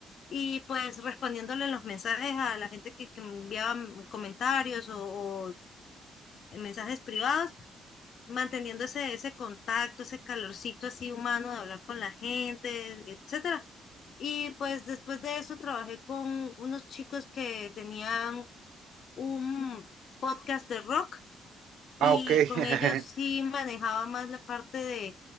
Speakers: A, on the left; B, on the right.
A: y pues respondiéndole los mensajes a la gente que, que me enviaba mm, comentarios o, o mensajes privados manteniendo ese, ese contacto, ese calorcito así humano de hablar con la gente, etcétera. Y pues después de eso trabajé con unos chicos que tenían un podcast de rock
B: ah,
A: y
B: ok.
A: con
B: <laughs>
A: ellos sí manejaba más la parte de,